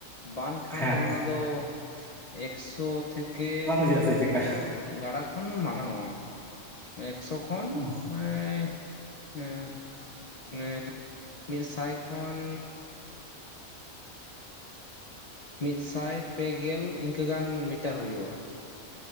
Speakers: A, on the left; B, in the centre.
A: ᱵᱟᱱ ᱠᱷᱟᱱ
B: ᱦᱮᱸ
A: ᱚᱱᱟ ᱫᱚ ᱮᱠᱥᱚ ᱛᱷᱮᱠᱮ
B: ᱪᱩᱜ ᱟᱥᱮ ᱪᱮᱠᱟ?
A: ᱜᱟᱲᱟ ᱠᱷᱚᱱ ᱢᱟᱨᱟᱲᱟᱝᱚᱜᱼᱟ ᱮᱠᱥᱚ ᱠᱷᱚᱱ
B: ᱚ,
A: ᱮᱭ ᱮᱸ ᱮᱸ ᱢᱤᱫ ᱥᱟᱭ ᱠᱷᱚᱱ ᱢᱤᱫᱥᱟᱭ ᱯᱮᱜᱮᱞ ᱤᱱᱠᱟᱹ ᱜᱟᱱ ᱢᱤᱴᱟᱨ ᱦᱩᱭᱩᱜᱼᱟ